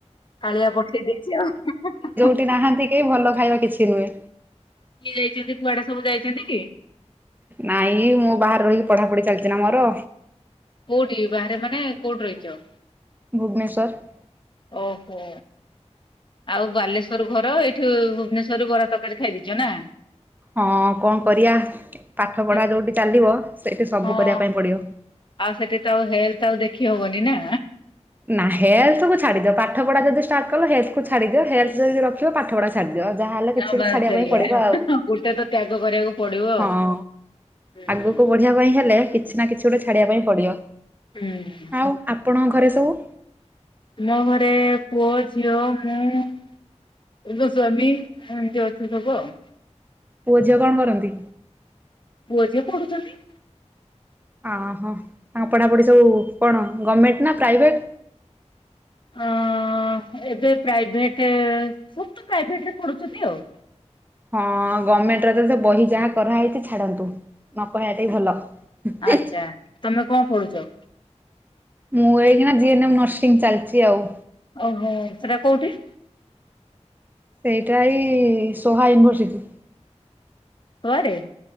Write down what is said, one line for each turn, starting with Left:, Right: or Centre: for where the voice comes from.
Left: କାଳିଆ ପଠେଇ ଦେଇଚି ଆଉ ହୁଁ ହୁଁ ହୁଁ ହୁଁ।
Right: ଟି ନାହାନ୍ତି କେହି ଭଲ ଖାଇବା କିଛି ନୁଏ।
Left: କିଏ ଯାଇଛନ୍ତି କୁଆଡେ ସବୁ ଯାଇଚନ୍ତି କି?
Right: ନାଇଁ ମୁଁ ବାହାରେ ରହିକି ପଢାପଢି ଚାଲଚି ନା ମୋର।
Left: କୋଉଠି ବାହାରେ ମାନେ କୋଉଠି ରହିଚ?
Right: ଭୁବନେଶ୍ୱର।
Left: ଓହୋ। ଆଉ ବାଲେଶ୍ଵର ଘର ଏଇଠୁ ଭୁବନେଶ୍ଵର ରୁ ବରା ତକାରୀ ଖାଇଦେଇଚ ନା?
Right: ହଁ କ କରିଆ ପାଠ
Left: ହୁଁ
Right: ପଢା ଯୋଉଠି ଚାଲିବ ସେଇଠୁ ସବୁ
Left: ହଁ
Right: କରିବା ପାଇଁ ପଡିବ।
Left: ଆଉ ସେଠି ତ ଆଉ ହେଲ୍ଥ ଆଉ ଦେଖି ହବନି ନା।
Right: ନା ହେଲ୍ଥକୁୁ ଛାଡିଦିଅ ପାଠ ପଢା ଯଦି ଷ୍ଟାର୍ଟ କଲ ହେଲ୍ଥକୁୁ ଛାଡିଦିଅ ହେଲ୍ଥ ଯଦି ର ଖିଅ ପାଠପଢା ଛାଡିଦିଅ ଯାହା ହେଲେ କିଛି
Left: ହଁ ବାସ୍
Right: କୁ ଛାଡ
Left: ସେଇଆ
Right: ପାଇଁ ପଡିବ ଆଉ।
Left: ଗୋଟେ ତ ତ୍ୟାଗ କରିବାକୁ ପଡିବ ଆଉ।
Right: ହଁ।
Left: ହୁଁ
Right: ଆଗକୁ ବଢିବା ପାଇଁ ହେଲେ କିଛି ନା କିଛି ଗୋଟେ ଛାଡିବା ପାଇଁ ପଡିବ।
Left: ହୁଁ
Right: ଆଉ? ଆପଣଙ୍କ ଘରେ ସବୁ
Left: ମୋ ଘରେ ପୁଅ ଝିଅ ମୁଁ ଏଗୋ ସ୍ୱାମୀ ଏମିତି ଅଛୁ ସବୁ ଆଉ।
Right: ପୁଅ ଝିଅ କ କରନ୍ତି?
Left: ପୁଅ ଝିଅ ପଡୁଚନ୍ତି।
Right: ଆହୋ ତାଙ୍କ ପଢାପଢି ସବୁ କଣ ଗଭର୍ଣମେଣ୍ଟ ନା ପ୍ରାଇଭେଟ?
Left: ଆ ଏବେ ପ୍ରାଇଭେଟ୍ ସବ ତ ପ୍ରାଇଭେଟରେ ପଢୁଛନ୍ତି ଆଉ।
Right: ହଁ ଗମେଣ୍ଟରେ ତ ତ ବହି ଯାହା କରାହେଇଚି ଛାଡ଼ନ୍ତୁ। ନ କହିବା ଟା ହିଁ ଭଲ।
Left: ଆଚ୍ଛା ତମେ କଣ ପଢୁଚ?
Right: ମୁଁ ଏଇକିନା ଜିଏନେମ୍ ନର୍ସିଂ ଚାଲିଚି ଆଉ।
Left: ଓହୋ ସେଟା କୋଉଠି?
Right: ସେଇଟା ଏ ସୋହା ୟୁନିଭର୍ସିଟି।
Left: ସୋଆଡେ